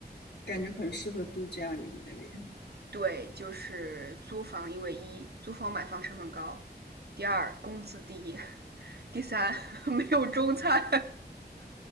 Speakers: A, on the left; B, on the right.
A: 感觉很适合度假，你们那边？
B: 对，就是租房，因为一租房买房成本高，第二工资低，<laughs> 第三 <laughs> 没有中餐，